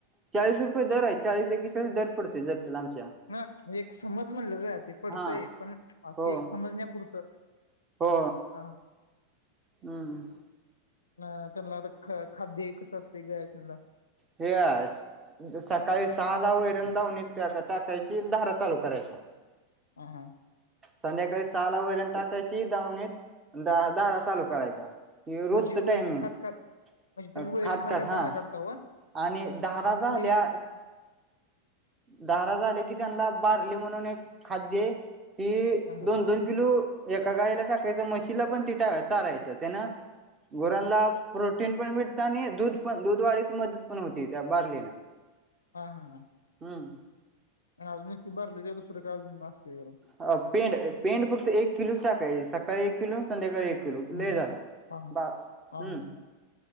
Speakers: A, on the right; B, on the left.
A: चाळीस रुपये दर आहे चाळीस एकेचाळीस दर पडतय जरसीला आमच्या.
B: म, एक समज म्हणले र ते पडतंय
A: हा
B: पण अस
A: हो
B: एक समजण्यापुरतं.
A: हो,
B: हा
A: हम्.
B: ना त्यांला आता ख - खाद्य एकच असतय गया सनला.
A: हे अस, सकाळी सहा ला वैरण धावणीत टाकायची धारा चालू करायच्या.
B: हा हां.
A: संध्याकाळी सहाला वैरण टाकायची दावणीत, धा - धारा चालू करायच्या. यो
B: म्हणजे
A: रोजच
B: वैरण
A: टायमिंग
B: खात खात म्हणजे तुम्ही वैरण
A: खातात
B: खात खात
A: हा,
B: धारा काढता व
A: आणि धारा
B: ती
A: झाल्या धारा झाल्या की त्यांनाला बारली म्हणून एक खाद्यये ते
B: हा हा
A: दोन दोन किलो एका गाईला टाकायच म्हशीला पण ते टा चारायचं त्यान गुरांनला प्रोटीन पण भेटतं आणि दूध पण दूधवाढीस मदत पण होती त्या बारलेन ला.
B: हा हा हा!
A: हं!
B: अजून एक स्लीप भरली की दुसर काय अजून असतय काय?
A: अ पेंड पेंड फक्त एक किलोच टाकायची सकाळी एक किलो संध्याकाळी एक किलो
B: हम्म
A: लय झालं.
B: हा
A: बा हम्म
B: हा!